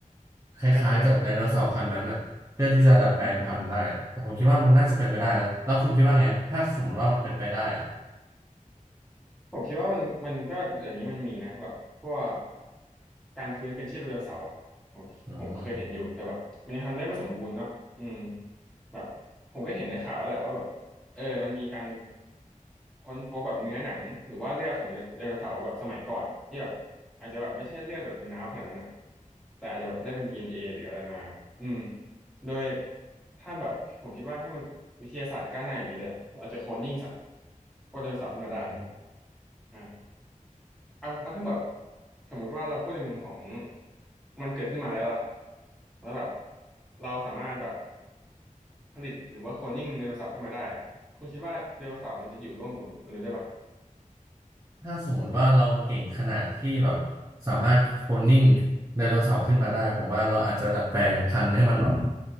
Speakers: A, on the right; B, in the centre.
A: คล้ายๆกับไดโนเสาร์พันธุ์นั้นอ่ะเพื่อที่จะดัดแปลงพันธุ์ได้แต่ผมคิดว่ามันน่าจะเป็นไปได้นะแล้วคุณคิดว่าไงถ้าสมมติว่ามันเป็นไปได้อ่ะ
B: ใกล้เคียงเหรอครับอืมอืมอ่าผมคิดว่ามันมันก็เดี๋ยวนี้มันมีนะแบบพวกการฟื้นคืนชีพไดโนเสาร์อ่ะผมผมเคยเห็นอยู่
A: อื
B: แต่แบบมันยังทำได้ไม่สมบูรณ์เนาะอืมแบบผมก็เห็นในข่าวแล้วแหละว่าแบบเออมันมีการ ค้นพบแบบเนื้อหนังหรือว่าเลือดของไดโนเสาร์แบบสมัยก่อนที่แบบอาจจะแบบไม่ใช่เลือดแบบเป็นน้ำขนาดนั้นอ่ะแต่อาจจะแบบได้เป็น DNA หรืออะไรมาอืมโดยถ้าแบบผมคิดว่าถ้ามันวิทยาศาสตร์ก้าวหน้าอย่างนี้เนี่ยเราอาจจะโคลนนิ่งสัตว์พวกไดโนเสาร์ขึ้นมาได้
A: ม
B: อ่ะอ่ะแล้วถ้าแบบสมมุติว่าเราพูดในมุมของมันเกิดขึ้นมาแล้วล่ะแล้วแบบเราสามารถแบบผลิตหรือว่าโคลนนิ่งไดโนเสาร์ขึ้นมาได้อ่ะคุณคิดว่าไดโนเสาร์มันจะอยู่ร่วมกับมนุษย์ได้ปะ
A: ถ้าสมมติว่าเราเก่งขนาดที่แบบสามารถโคลนนิ่งไดโนเสาร์ขึ้นมาได้ผมว่าเราอาจจะดัดแปลงพันธุ์ให้มันแบบ